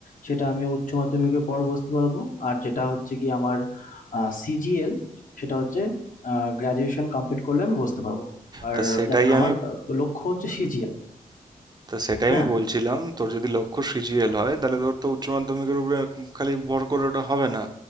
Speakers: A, on the left (about 60°); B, on the right (about 25°).
A: সেটা আমি উচ্চ মাধ্যমিকের পর বসতে পারবো। আর যেটা হচ্ছে গিয়ে আমার আ CGL সেটা হচ্ছে আ গ্র্যাজুয়েশন কমপ্লিট করলে আমি বসতে পারবো। আর
B: তা সেটাই
A: দেখ আমার
B: আমি
A: আ লক্ষ্য হচ্ছে CGL,
B: তা সেটাই
A: হ্যাঁ?
B: আমি বলছিলাম তোর যদি লক্ষ্য সিজিএল হয় তাহলে তোর তো উচ্চ মাধ্যমিকের উপরে খালি ভর করে ওটা হবে না